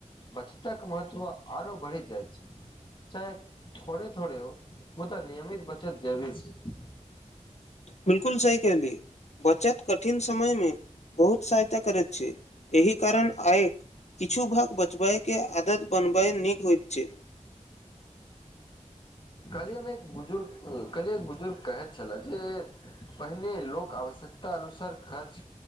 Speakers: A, on the left (about 40°); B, on the left (about 60°).
A: बचतक महत्त्व आरो बढ़ि जाइ छै चाहे थोड़े थोड़े हो ओ तऽ नियमित बचत जरूरी छै
B: बिल्कुल सही कहलि बचत कठिन समय मे बहुत सहायता करैत छी एहि कारण आयक किछु भाग बचबय के आदत बनबय नीक होइत छै
A: कहलियै हम एक बुजुर्ग कहलियै एक बुजुर्ग कहैत छलै जे पहिने लोक आवश्यक अनुसार खर्च